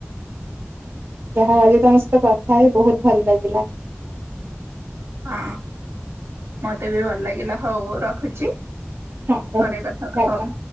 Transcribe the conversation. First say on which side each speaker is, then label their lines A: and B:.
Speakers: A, on the right (about 60°); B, on the right (about 85°).
A: ଯାହା ଆଜି ତମ ସହିତ କଥା ହେଇ ବହୁତ ଭଲ ଲାଗିଲା।
B: ହଁ ମତେ ବି ଭଲ ଲାଗିଲା ହଉ ରଖୁଛି।
A: ହଁ ରହୁଛି
B: ପରେ କଥା ହବା
A: ଟା ଟା।
B: ହଉ।